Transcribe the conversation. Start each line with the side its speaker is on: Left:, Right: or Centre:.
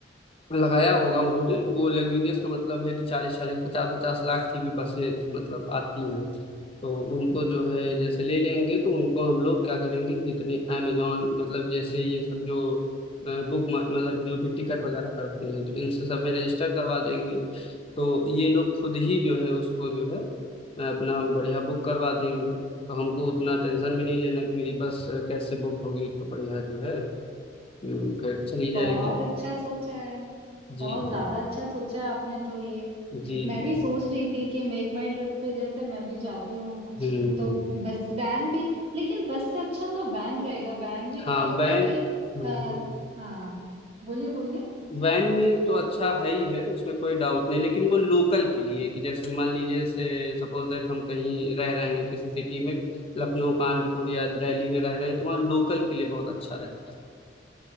Left: लगाया होगा उन्होंने वो लग्जूरियस का मतलब है कि चालीस चालीस पचास पचास लाख की भी बसें मतलब आती हैं तो उनको जो है जैसे ले लेंगे तो उनको हम लोग क्या करेंगे कि जितने अमेजोन मतलब जैसे ये सब जो बुक मतलब जो भी टिकट वगैरह करते हैं तो इनसे सब में रजिस्टर करवा देंगे तो ये लोग खुद ही जो है उसको जो है अ, अपना बढ़िया बुक करवा देंगे तो हमको उतना टेंशन भी नहीं लेना कि मेरी बस अ, कैसे बुक होगी तो बढ़िया जो है हम्म, फिर चली जाएगी
Right: बहुत अच्छा सोचा है
Left: जी
Right: बहुत
Left: जी
Right: ज्यादा अच्छा सोचा है आपने तो ये म-
Left: जी
Right: मैं
Left: जी
Right: भी सोच रही थी कि मेक माई ट्रिप पे जैसे मैं भी जाती हूँ कुछ
Left: हम्म
Right: तो बस वैन भी लेकिन बस से अच्छा तो वैन रहेगा वैन में
Left: हाँ
Right: क्या होता
Left: वैन
Right: है कि
Left: हम्म,
Right: आ, हाँ बोलिए बोलिए
Left: वैन में तो अच्छा है ही है उसमें कोई डाउट नहीं लेकिन वो लोकल के लिए कि जैसे मान लीजिए से सपोज दैट हम कहीं रह रहे हैं किसी सिटी में लखनऊ कानपुर या दिल्ली में रह रहे हैं तो वहाँ लोकल के लिए बहुत अच्छा रहता है